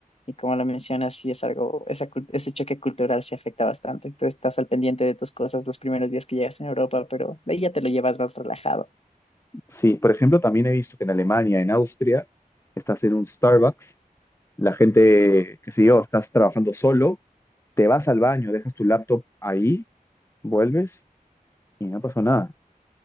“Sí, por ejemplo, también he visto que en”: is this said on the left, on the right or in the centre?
Left